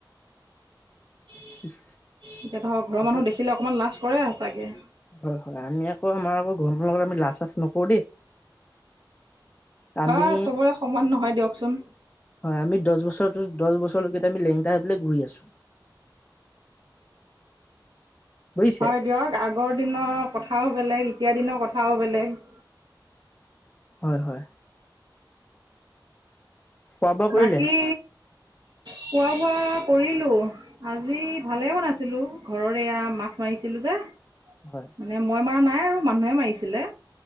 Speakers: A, on the right; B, on the left.
A: এতিয়া
B: ইচ
A: ধৰক ঘৰৰ
B: আপোন
A: মানুহে দেখিলে অকমান লাজ কৰে চাগে।
B: হয় নহয় হ, আমি আকৌ আমাৰ আকৌ ঘৰ লগত আমি লাজ চাজ নকৰো দেই।
A: হয়
B: আমি
A: চবৰে সমান নহয় দিয়কচোন
B: হয় আমি দহ বছৰো দহ বছৰ লৈকে আমি লেংটা হৈ পেলাই ঘূৰি আছো বুজিছে
A: হয় দিয়ক আগৰ দিনৰ কথাও বেলেগ এতিয়া দিনৰ কথাও বেলেগ।
B: হয় হয়। খোৱা বোৱা কৰিলে
A: বাকী খোৱা বোৱা কৰিলো আজি ভালে বনাইছিলো ঘৰৰ এয়া মাছ মাৰিছিলো যে।
B: হয়
A: মানে মই মৰা নাই আৰু মানুহে মাৰিছিলে